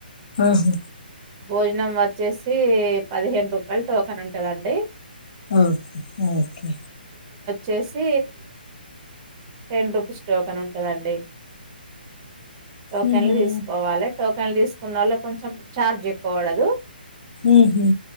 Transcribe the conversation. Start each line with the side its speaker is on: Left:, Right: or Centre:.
Left: ఆహా
Right: భోజనం వచ్చేసి పదిహేను రూపాయలు టోకెన్ ఉంటదండి
Left: ఓకే ఓకే
Right: చేసి టెన్ రుపీస్ టోకెన్ ఉంటదండి టోకెన్లు
Left: ఓకే
Right: తీసుకోవాలే టోకెన్లు తీసుకున్నోళ్లకి కొంచెం ఛార్జ్ ఎక్కువ వడదు
Left: ఉహుహు